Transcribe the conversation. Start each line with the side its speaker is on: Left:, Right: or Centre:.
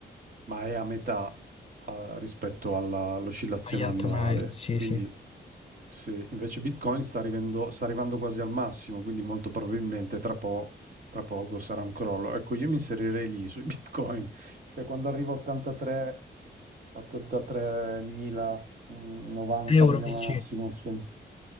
Right: ma è a metà eh, rispetto alla- all'oscillazione
Left: Agli altri,
Right: annuale.
Left: magari, sì,
Right: Quindi
Left: sì.
Right: se invece Bitcoin sta arrivando, sta arrivando quasi al massimo, quindi molto probabilmente tra po', tra poco sarà un crollo. Ecco, io mi inserirei lì sui <laughs> Bitcoin, cioè quando arrivo a 83 83.000, mm, 90.000
Left: Euro dici?
Right: massimo, insomma.